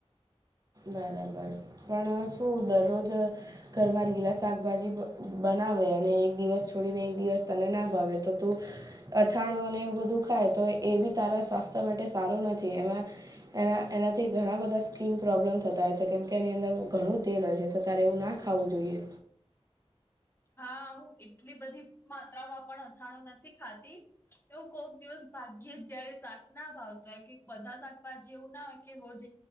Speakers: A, on the right (about 35°); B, on the left (about 20°).
A: બરાબર પણ શું દરરોજ ઘરમાં લીલા શાકભાજી બનાવે અને એક દિવસ છોડીને એક દિવસ તને ના ભાવે તો તું અથાણો અને એવું બધું ખાય તો એ બી તારા સ્વાસ્થ્ય માટે સારું નથી એમાં એના એનાથી ઘણા બધા સ્કીન પ્રોબ્લેમ થતા હોય છે કેમ કે એની અંદર ઘણું તેલ હોય છે તો તારે એવું ના ખાવું જોઈએ.
B: હા હું એટલી બધી માત્રામાં પણ અથાણું નથી ખાતી એવું કોક દિવસ ભાગ્યે જયારે શાક ના ભાવતો હોય કે બધા શાકભાજી એવું ના હોય કે રોજ